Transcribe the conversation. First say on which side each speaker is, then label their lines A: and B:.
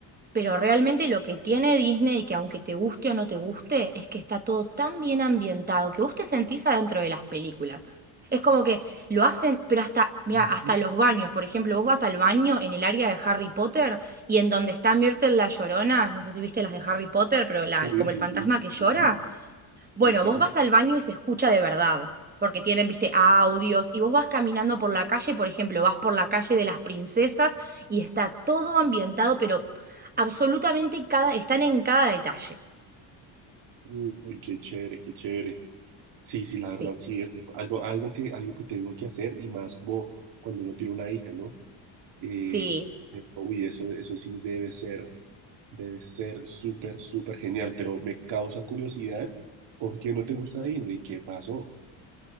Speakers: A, on the right (about 20°); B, on the right (about 70°).
A: Pero realmente lo que tiene Disney, y que aunque te guste o no te guste, es que está todo tan bien ambientado que vos te sentís adentro de las películas. Es como que lo hacen, pero hasta, mira,
B: ujú.
A: hasta los baños. Por ejemplo, vos vas al baño en el área de Harry Potter y en donde está Myrtle la Llorona, no sé si viste las de Harry Potter, pero la,
B: Sí,
A: como
B: sí,
A: el fantasma
B: sí.
A: que llora,
B: Ujú.
A: bueno,
B: Sí, claro.
A: vos vas al baño y se escucha de verdad, porque tienen, viste, audios, y vos vas caminando por la calle, por ejemplo, vas por la calle de las princesas y está todo ambientado, pero absolutamente cada, están en cada detalle.
B: Uy, qué chévere, qué chévere. Sí, sí, la
A: Sí,
B: verdad, sí, es algo, algo que, algo que tengo que hacer y más como cuando uno tiene una hija, ¿no? Eh,
A: sí,
B: pero, uy, eso, eso sí debe ser, debe ser súper, súper genial, pero me causa curiosidad, ¿por qué no te gusta Disney? ¿Qué pasó?